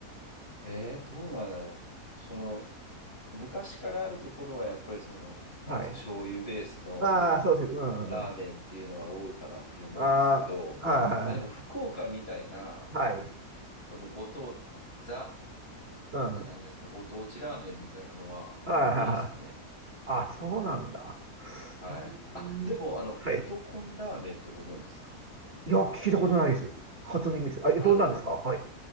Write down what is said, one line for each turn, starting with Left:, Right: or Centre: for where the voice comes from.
Left: えー、どうなんだろう。その、昔からあるところはやっぱりその、なんですか、
Right: はい。
Left: 醤油ベースの
Right: ああ、そうです。うんうんうん。
Left: ラーメンっていうのが多いかなって思うんですけど、
Right: ああ、はい
Left: まあでも福岡みたいな、
Right: はい。はい。
Left: そのご当、ザ、
Right: うん。
Left: なんですか、
Right: は
Left: ご当地ラーメンみたいなのはあんまないですね。
Right: いはいはい。あ、そうなんだ。
Left: はい。
Right: うーん。
Left: あ、でも、あの、
Right: はい。
Left: ベトコンラーメンってご存知ですか
Right: いや、聞いたことないです。初耳です。あ、えどんなんですかはい。
Left: あの、